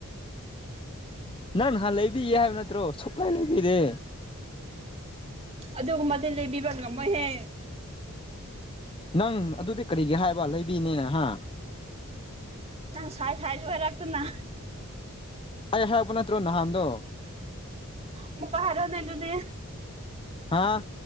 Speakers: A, on the left (about 25°); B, on the right (about 30°).
A: ꯅꯪ ꯅꯍꯥꯟ ꯂꯩꯕꯤꯒꯦ ꯍꯥꯏꯕ ꯅꯠꯇ꯭ꯔꯣ ꯁꯨꯛꯂꯩ ꯂꯩꯕꯤꯗꯦ
B: ꯑꯗꯨꯒꯨꯝꯕꯗꯤ ꯂꯩꯕꯤꯕ ꯉꯝꯃꯣꯏꯍꯦ
A: ꯅꯪ ꯑꯗꯨꯗꯤ ꯀꯔꯤꯒꯤ ꯍꯥꯏꯕ ꯂꯩꯕꯤꯅꯤꯅ ꯍꯥ
B: ꯅꯪ ꯁꯥꯏꯁ ꯍꯥꯏꯁꯨ ꯍꯥꯏꯔꯛꯇꯅꯥ
A: ꯑꯩ ꯍꯥꯏꯔꯛꯄ ꯅꯠꯇ꯭ꯔꯣ ꯅꯍꯥꯟꯗꯣ
B: ꯑꯃꯨꯛꯀ ꯍꯥꯏꯔꯛꯑꯣꯅꯦꯗꯨꯗꯤ
A: ꯍꯥꯥ